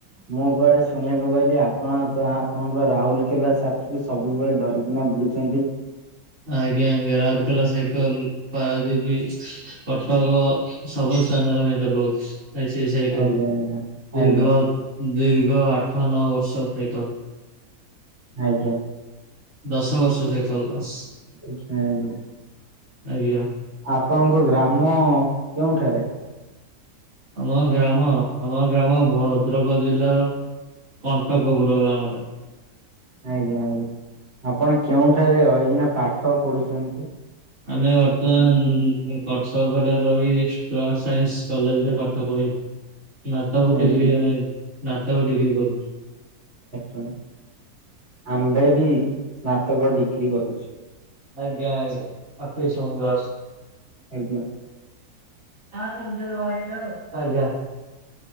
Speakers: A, on the right (about 40°); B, on the right (about 60°).
A: ମୁଁ କୁଆଡେ ଶୁଣିବାକୁ ପାଇଲିି ଆପଣହା ଆପଣଙ୍କ ରାହୁଲ କଲା ସାଥିକୁ ସବୁବେଳେ ଧରିକିନା ବୁଲୁଚନ୍ତି।
B: ଆଜ୍ଞା ଆଜ୍ଞା ରାଉରକେଲା ସାଇକେଲ ପାରାଦୀବୀ କଟକ ସବୁ ସ୍ଥାନରେ ଆମେ ଚଲଉଛୁ ସେଇ ସାଇ କଲୁ
A: ଆଜ୍ଞା ଆଜ୍ଞା
B: ଦୀର୍ଘ
A: ଆଜ୍ଞା
B: ଦୀର୍ଘ ଆଠ ନଅ ବର୍ଷ ସଇକଲ।
A: ଆଜ୍ଞା।
B: ଦଶ ବର୍ଷ ସାଇକଲେ ବାସ୍।
A: ଆଛା ଆଜ୍ଞା।
B: ଆଜ୍ଞା।
A: ଆପଣଙ୍କ ଗ୍ରାମ କେଉଁଠାରେ?
B: ଆମ ଗ୍ରାମ ଆମ ଗ୍ରାମ ଭଦ୍ରକ ଜିଲ୍ଲାର କଣ୍ଟକ ପୁରୋଗ୍ରାମରେ
A: ଆଜ୍ଞା ଆଜ୍ଞା। ଆପଣ କେଉଁଠାରେ ରହିକିନା ପାଠ ପଢୁଚନ୍ତି?
B: ଆମେ ବର୍ତ୍ତମାନ ମୁଁ କଟକରେ ରହି ପ୍ଲସ୍ ସାଇନ୍ସ କଲେଜରେ ପାଠ ପଢ଼ିବି। ନାତାକ
A: ପାଇ
B: ଡିଗ୍ରୀ
A: ଆଜ୍ଞା।
B: ଆମେ ନାତାକ ଡିଗ୍ରୀ କରୁଛୁ।
A: ଛା ଆମ୍ଭେ ବି ସ୍ନାତକ ଡିଗ୍ରୀ କରୁଛୁ।
B: ଆଜ୍ଞା ଆଜ୍ଞା ଅତି ସୁନ୍ଦରସ୍।
A: ଆଜ୍ଞା।
B: ନ ହେଲେ ନିଜର, <unintelligible> ଆଜ୍ଞା।